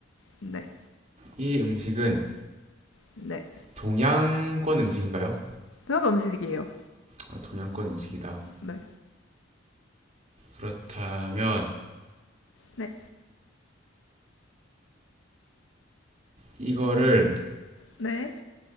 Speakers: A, on the left (about 80°); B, on the right (about 35°).
A: 네,
B: 이 음식은
A: 네.
B: 동양권 음식인가요?
A: 동양 음식이에요.
B: 아, 동양권 음식이다
A: 네,
B: 그렇다면
A: 네,
B: 이거를
A: 네.